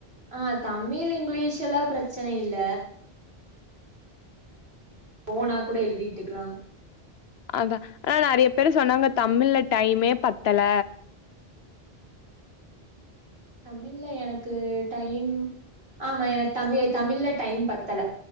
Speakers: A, on the right; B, on the left.
A: ஆ தமிழ் இங்கிலீஷ் எல்லா பிரச்சன இல்ல ஓனா கூட எழுதி விட்டுக்கலா
B: அதா ஆனா நறைய பேரு சொன்னாங்க தமிழ்ழ டைமே பத்தல
A: தமிழ்ல்ல எனக்கு டைம் ஆமா எனக் தமி தமிழ்ல்ல டைம் பத்தல